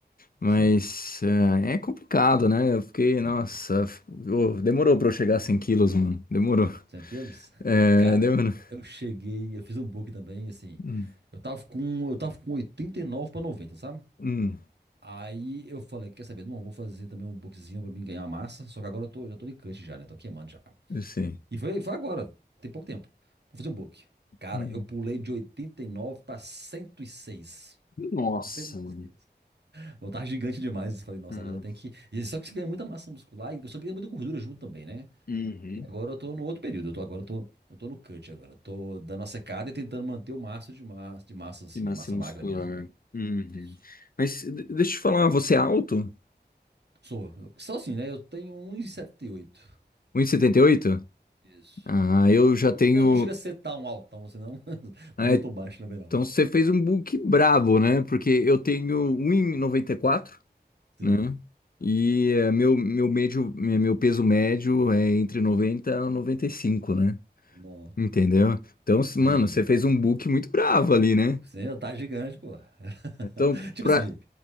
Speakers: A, on the left; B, on the right.
A: mas
B: sim,
A: é, é complicado, né? Eu fiquei, nossa,
B: sim.
A: f- ô, demorou pra eu chegar a 100 quilos, mano. Demorou.
B: 100 quilos?
A: É,
B: <laughs> Cara,
A: demorou.
B: eu cheguei, eu fiz um book também, assim.
A: Hum,
B: Eu tava com, eu tava com 89 para 90, sabe?
A: hum.
B: Aí eu falei, quer saber, não, eu vou fazer também um bookzinho pra mim ganhar massa. Só que agora eu tô, já tô de cut já, né? Tô queimando já.
A: Sim.
B: E foi, foi agora, tem pouco tempo. Vou fazer um book. Cara,
A: Hum.
B: eu pulei de 89 para 106.
A: Nossa,
B: 106
A: mano.
B: quilos. Eu tava gigante demais. Eu Falei, nossa,
A: Uhum.
B: agora tem que. e Só que você ganha muita massa muscular e só ganha muita gordura junto também, né?
A: Uhum.
B: E agora eu tô no outro período, eu tô agora eu tô, eu tô no cut agora. Eu tô dando a secada e tentando manter o máximo de massa, de massa assim,
A: E massa
B: massa
A: muscular.
B: magra mesmo.
A: Uhum.
B: Isso.
A: Mas de- deixa eu te falar, você é alto?
B: Sou, eu, sou assim, né? Eu tenho um vírgula setenta e oito
A: um e setenta e oito
B: Isso.
A: Ah, eu
B: Ah,
A: já
B: Não
A: tenho.
B: chega, não chega a ser tão altão assim, não, <laughs> mas,
A: Ah,
B: mas não
A: é-
B: tô baixo também, não.
A: então você fez um book brabo, né? Porque eu tenho um e noventa e quatro
B: Sim.
A: né? E eh, meu, meu, médio, eh, meu peso médio é entre noventa e noventa e cinco né?
B: Nó.
A: Entendeu? Então, mano,
B: Sim.
A: você fez um book muito bravo ali, né?
B: Sim, eu tá gigante, pô. <laughs>
A: Então,
B: Tipo
A: pra.
B: assim,